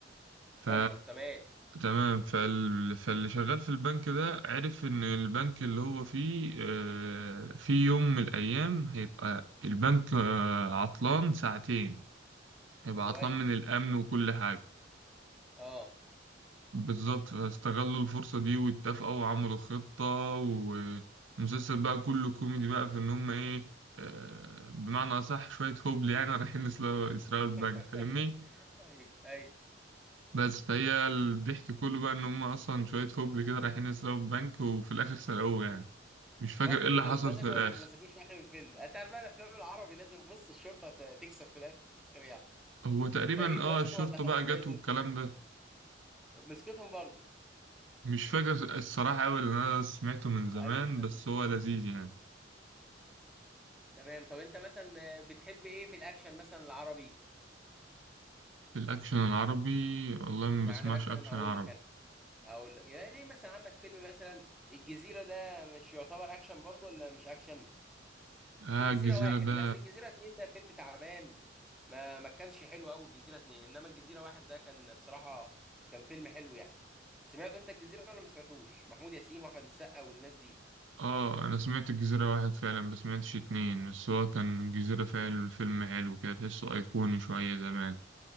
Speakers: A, in the centre; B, on the right (about 80°).
A: سايبر
B: ف
A: تمام
B: تمام فال... فاللي شغال في البنك ده عرف ان البنك اللي هو فيه آه، في يوم من الايام هيبقى البنك آه، عطلان ساعتين هيبقى
A: كويس
B: عطلان من الامن وكل حاجة
A: اه
B: بالظبط فاستغلوا الفرصة دي واتفقوا وعملوا خطة ومسلسل بقى كله كوميدي بقى في إن هم إيه آه، بمعنى أصح شوية هبل يعني رايحين يسرقوا يسرقوا البنك
A: <laughs>
B: فاهمني
A: ايوه ايوه
B: بس فهي الضحك كله بقى إن هم أصلا شوية هبل كده رايحين يسرقوا البنك وفي الآخر سرقوه يعني مش فاكر
A: برضه
B: إيه اللي
A: انت
B: حصل
A: بتمسكوا
B: في الآخر
A: ولا ما بتمسكوش في اخر الفيلم انت عارف بقى الافلام العربي لازم بص الشرطه ت- تكسب في الاخر يعني
B: هو تقريبا
A: فايه اتمسكوا
B: آه الشرطة
A: ولا خلاص
B: بقى جت
A: فازوا
B: والكلام ده
A: مسكتهم برضه
B: مش فاكر الصراحة أوي اللي أنا سمعته من زمان
A: عارف انت ال...
B: بس هو لذيذ يعني
A: تمام طب انت مثلا بتحب ايه في الاكشن مثلا العربي
B: في الأكشن العربي والله ما
A: يعني
B: بسمعش
A: مثلا
B: أكشن
A: هقول
B: عربي
A: لك او ل- يعني ليه مثلا عندك فيلم مثلا الجزيرة ده مش يعتبر اكشن برضه ولا مش اكشن
B: اه
A: الجزيرة
B: الجزيرة
A: واحد
B: ده
A: يا اصل الجزيرة اتنين ده فيلم تعبان ما ما كانش حلو قوي الجزيرة اتنين انما الجزيرة واحد ده كان بصراحة كان فيلم حلو يعني سمعته انت الجزيرة ولا ما سمعتوش محمود ياسين واحمد السقا والناس دي
B: اه انا سمعت الجزيرة واحد فعلا ما سمعتش اتنين بس هو كان الجزيرة فعلا فيلم حلو كده تحسه ايقوني شوية زمان